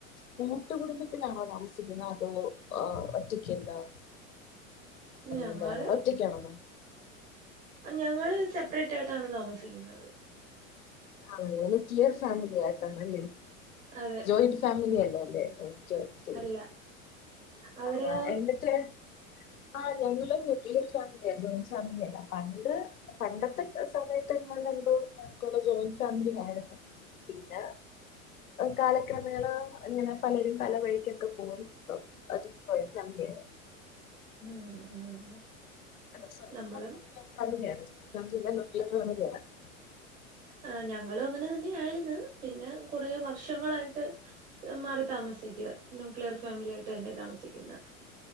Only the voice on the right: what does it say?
ഞങ്ങള്
ഞങ്ങള് സെപ്പറേറ്റായിട്ടാണ് താമസിക്കുന്നത്.
അതെ
അല്ല അവിടെയോ
ഉം ഉം
നമ്മളും
ആ ഞങ്ങളും അങ്ങനെ തന്നെയായിർന്ന് പിന്നെ കുറെ വർഷങ്ങളായിട്ട് മാറി താമസിക്കുവാ. ന്യൂക്ലിയർ ഫാമിലിയായിട്ട് തന്നെ താമസിക്കുന്നേ.